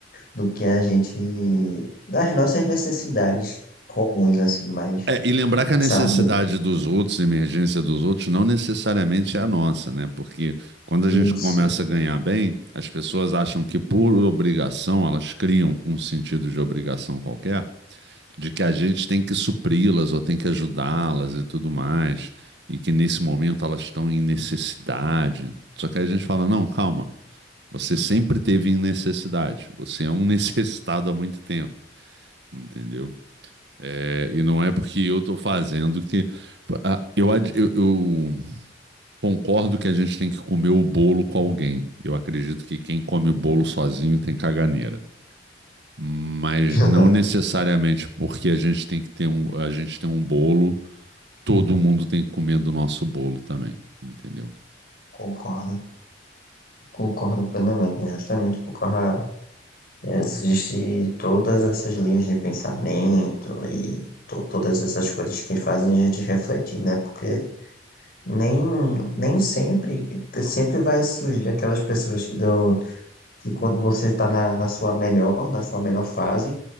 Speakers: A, on the left; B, on the right.
A: do que a gente. das nossas necessidades comuns, assim, mas.
B: É, e lembrar que a
A: Sabe?
B: necessidade dos outros, a emergência dos outros, não necessariamente é a nossa, né? Porque quando a gente
A: Isso.
B: começa a ganhar bem, as pessoas acham que por obrigação, elas criam um sentido de obrigação qualquer, de que a gente tem que supri-las ou tem que ajudá-las e tudo mais, e que nesse momento elas estão em necessidade. Só que aí a gente fala: não, calma, você sempre teve em necessidade, você é um <laughs> necessitado há muito tempo, entendeu? É, e não é porque eu estou fazendo que. Ah, Eu, ad- eu, eu concordo que a gente tem que comer o bolo com alguém. Eu acredito que quem come o bolo sozinho tem caganeira. Mas
A: <laughs>
B: não necessariamente porque a gente tem que ter um, a gente tem um bolo, todo mundo tem que comer do nosso bolo também, entendeu?
A: Concordo. Concordo plenamente. Justamente por causa. Existe todas essas linhas de pensamento e to- todas essas coisas que fazem a gente refletir, né? Porque. Nem, nem sempre, sempre vai surgir aquelas pessoas que, dão, que quando você está na, na sua melhor, na sua melhor fase,